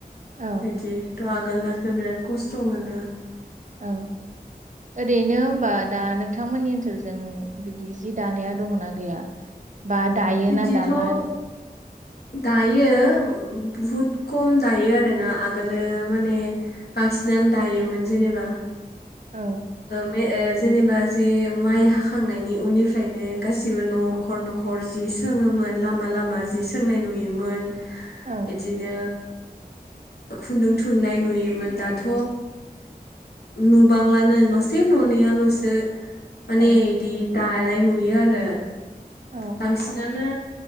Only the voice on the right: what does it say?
औ
औ ओरैनो ओमबा दा नोंथांमोननि ओन सोलजों बिदि जि दानाया दङना गैया बा दायो
ना दाला आरो
औ।
औ
औ
औ